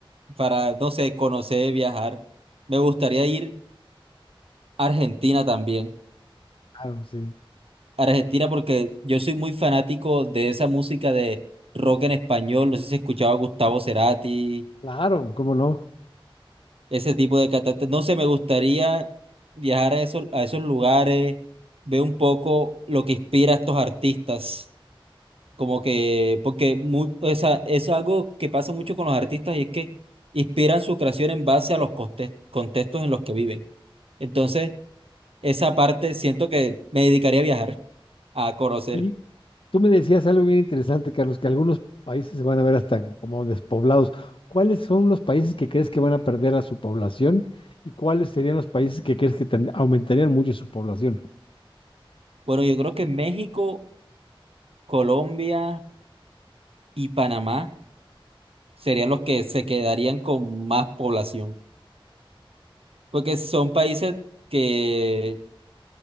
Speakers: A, on the right; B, on the left.
A: para, no sé, conocer, viajar. Me gustaría ir a Argentina también.
B: claro, sí.
A: Argentina porque yo soy muy fanático de esa música de rock en español. No sé si has escuchado a Gustavo Cerati
B: Claro, cómo no.
A: ese tipo de catástrofes. No sé, me gustaría viajar a esos, a esos lugares, ver un poco lo que inspira a estos artistas. Como que, porque mu- o sea, es algo que pasa mucho con los artistas y es que inspiran su creación en base a los conte- contextos en los que viven. Entonces, esa parte siento que me dedicaría a viajar, a conocer.
B: Oye, tú me decías algo bien interesante, Carlos, que algunos países se van a ver hasta como despoblados. ¿Cuáles son los países que crees que van a perder a su población y cuáles serían los países que crees que ten- aumentarían mucho su población?
A: Bueno, yo creo que México, Colombia y Panamá serían los que se quedarían con más población. porque son países que